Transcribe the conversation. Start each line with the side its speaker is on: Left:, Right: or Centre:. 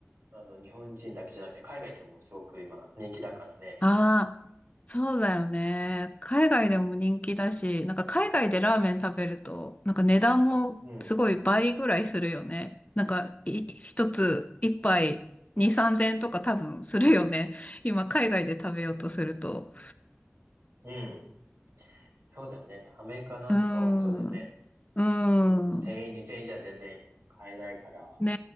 Right: あの、日本人だけじゃなくて海外でもすごく今人気だからね。
Left: ああ、そうだよね。海外でも人気だし、なんか海外でラーメン食べると、なんか値段もすごい倍ぐらいするよね。
Right: うん。
Left: なんか、い、一つ、一杯、二、三千円とか多分するよね。今、海外で食べようとすると。
Right: うん。そうだよね。アメリカなんかはそうだよね。
Left: うーん。うー
Right: 普通の1000円、
Left: ん。
Right: 2000円じゃ全然買えないから、
Left: ね